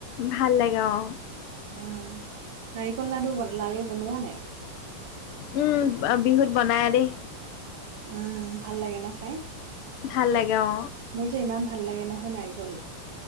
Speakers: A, on the left; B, on the right.
A: ভাল লাগে অ
B: উম নাৰিকল লাডু লাৰু বনোৱা নাই
A: উম বিহুত বনাই দেই
B: উম ভাল লাগে ন খাই
A: ভাল লাগে অ
B: মোৰ যে ইমান ভাল লাগে নহয় নাৰিকল